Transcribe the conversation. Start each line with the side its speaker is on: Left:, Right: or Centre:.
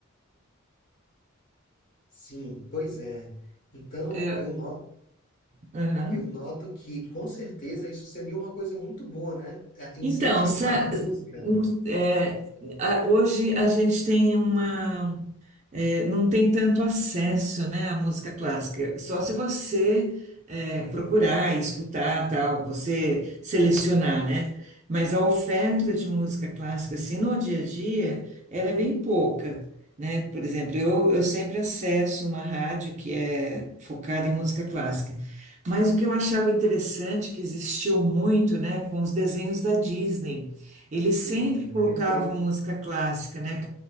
Left: Sim, pois é. Então,
Right: É,
Left: eu noto
Right: aham.
Left: eu noto que com certeza isso seria uma coisa muito boa, né? É, Incentivar
Right: Então, sa-
Left: a música.
Right: é, a- hoje a gente tem uma. é, não tem tanto acesso, né, à música clássica. Só se você é, procurar, escutar, tal, você selecionar, né? Mas a oferta de música clássica, assim, no dia a dia, ela é bem pouca, né? Por exemplo, eu, eu sempre acesso uma rádio que é focada em música clássica. Mas o que eu achava interessante, que existiu muito, né, com os desenhos da Disney, eles sempre
Left: Uhum,
Right: colocavam
Left: perfeito.
Right: música clássica, né,